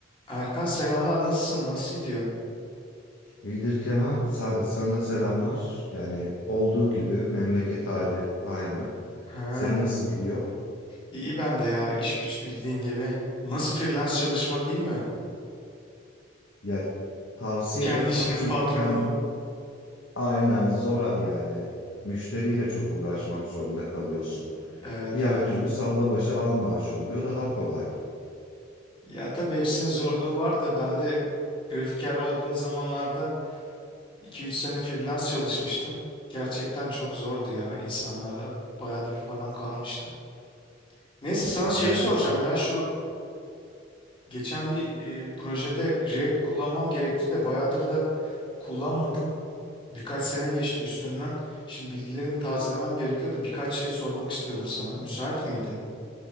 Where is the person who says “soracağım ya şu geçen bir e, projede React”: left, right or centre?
Left